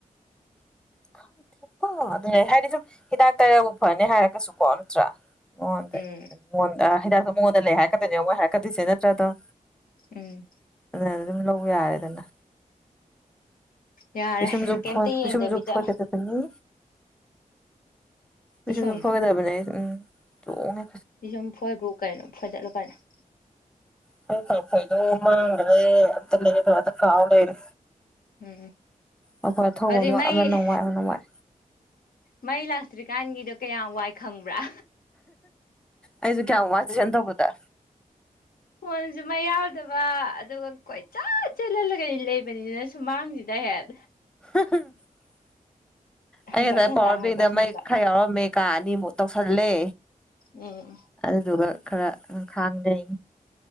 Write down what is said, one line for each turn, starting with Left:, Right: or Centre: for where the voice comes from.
Centre: ꯈꯪꯗꯦ ꯍꯨꯡ ꯑꯗꯨꯅꯦ ꯍꯥꯏꯗꯤ ꯁꯨꯝ ꯍꯤꯗꯥꯛ ꯇꯩꯔꯕꯨ ꯐꯅꯤ ꯍꯥꯏꯔꯒꯁꯨꯀꯣ ꯅꯠꯇ꯭ꯔꯥ ꯃꯉꯣꯟꯗ
Left: ꯎꯝ
Centre: ꯃꯉꯣꯟꯗ ꯑ ꯍꯤꯗꯥꯛꯇꯣ ꯃꯉꯣꯟꯗ ꯂꯩ ꯍꯥꯏꯔꯛꯀꯗꯣꯏꯅꯦ ꯃꯣꯏ ꯍꯥꯏꯔꯛꯀꯗꯣꯏꯁꯦ ꯅꯠꯇ꯭ꯔꯗꯣ
Left: ꯎꯝ
Centre: ꯑꯗꯨꯅ ꯑꯗꯨꯝ ꯂꯧꯕ ꯌꯥꯔꯦꯗꯅ
Left: ꯌꯥꯔꯦ
Centre: ꯄꯤꯁꯨꯝꯖꯨ
Left: ꯀꯩꯝꯇ
Centre: ꯐꯣꯏ
Left: ꯌꯦꯡꯗꯕꯤꯗ
Centre: ꯄꯤꯁꯨꯝꯖꯨ ꯐꯣꯏꯒꯗꯕꯅꯤ ꯄꯤꯁꯨꯝꯖꯨ
Left: ꯄꯤꯁꯨꯝ
Centre: ꯐꯣꯏꯒꯗꯕꯅꯤ ꯎꯝ ꯆꯣꯡꯉꯦ
Left: ꯄꯤꯁꯨꯝ ꯐꯣꯏꯕꯨ ꯀꯩꯅꯣ ꯐꯣꯏꯗꯠꯂꯨ ꯀꯩꯅꯣ
Centre: <unintelligible> <unintelligible> ꯀꯥꯎꯂꯩꯔꯦ
Left: ꯎꯝ
Centre: ꯑꯥꯈꯣꯏ ꯑꯊꯧꯕ
Left: ꯍꯧꯖꯤꯛ ꯃꯩ
Centre: ꯑꯃ ꯑꯃ ꯋꯥꯏ ꯑꯃ ꯋꯥꯏ
Left: ꯃꯩ ꯂꯥꯛꯇ꯭ꯔꯤꯀꯥꯟꯒꯤꯗꯣ ꯀꯌꯥꯝ ꯋꯥꯏ ꯈꯪꯕ꯭ꯔꯥ
Centre: ꯑꯩꯁꯨ ꯀꯌꯥꯝ ꯋꯥ ꯇꯨꯏꯁꯟꯇꯧꯕꯗ
Left: ꯐꯣꯟꯁꯨ ꯃꯩ ꯌꯥꯎꯗꯕ ꯑꯗꯨꯒ ꯀꯣꯏꯆꯠ ꯆꯠꯂ ꯂꯩ ꯂꯩꯕꯅꯤꯅ ꯁꯨꯃꯥꯡꯁꯤꯗ ꯍꯦꯛ
Centre: <unintelligible>
Left: ꯍꯪꯒꯠ
Centre: ꯑꯩ ꯉꯁꯥꯏ
Left: ꯍꯟꯗ
Centre: ꯄꯋꯥꯔ
Left: ꯍꯪꯒꯠ
Centre: ꯕꯦꯡꯗ
Left: ꯍꯟꯗ
Centre: ꯃ ꯈꯔ ꯌꯥꯎꯔꯝꯃꯦ ꯀꯥ ꯑꯅꯤꯃꯨꯛ ꯇꯧꯁꯜꯂꯦ
Left: ꯎꯝ
Centre: ꯑꯗꯨꯗꯨꯒ ꯈꯔ ꯈꯥꯡꯅꯩ